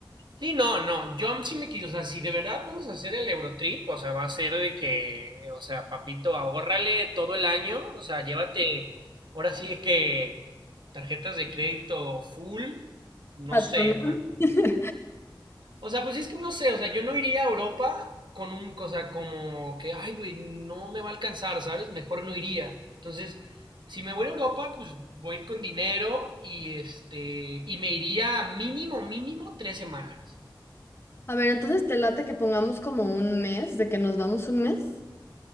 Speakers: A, on the right; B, on the left.
A: Sí, no, no, yo sí me quiso, o sea, si de verdad vamos a hacer el Eurotrip, o sea, va a ser de que, o sea, papito, ahórrale todo el año, o sea, llévate, ahora sí de que tarjetas de crédito full, no
B: Patrón.
A: sé,
B: <laughs>
A: O sea, pues es que no sé, o sea, yo no iría a Europa con un cosa como que, ay, güey, no me va a alcanzar, ¿sabes? Mejor no iría. Entonces, si me voy a Europa, pues voy a ir con dinero y este, y me iría mínimo, mínimo tres semanas.
B: A ver, entonces te late que pongamos como un mes, de que nos vamos un mes.